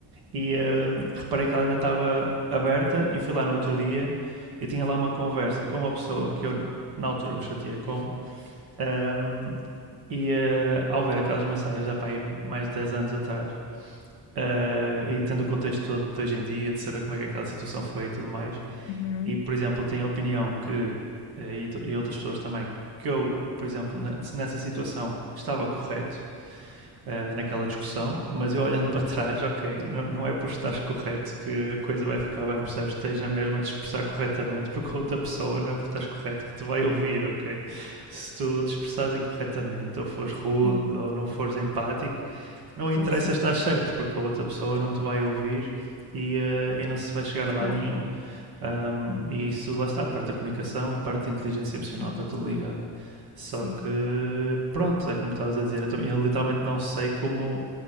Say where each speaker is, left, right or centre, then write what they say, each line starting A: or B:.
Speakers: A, on the right (about 60°); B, on the left (about 80°).
A: e hum, reparei que ela ainda estava aberta e fui lá no outro dia e tinha lá uma conversa com uma pessoa que eu na altura me chateei com hum, e eh, ao ver aquelas mensagens da pai mais de 10 anos atrás eh, e tendo o contexto todo de hoje em dia, de saber como é que aquela situação foi e tudo mais,
B: Uhum.
A: e por exemplo, tenho a opinião que, eh, e, e outras pessoas também, que eu, por exemplo, nessa situação estava correto eh, naquela discussão, mas eu olhando para trás, ok, n- não é por estares correto que a coisa vai ficar bem, percebes? Tens na mesma de expressar corretamente, porque a outra pessoa não é por estares correto que te vai ouvir, ok? Se tu te expressares incorretamente, ou fores rude,
B: Sim,
A: ou não fores empático, não
B: sim,
A: interessa
B: sim.
A: estar certo, porque a outra pessoa não te vai ouvir e, eh, e não se vai chegar a lado
B: Yeah.
A: nenhum. Ahm, e isso lá está, parte da comunicação e parte da inteligência emocional
B: Uhum.
A: está tudo ligado. Só
B: Sim,
A: que, pronto, é como estavas a dizer, eu, tam- eu literalmente não sei como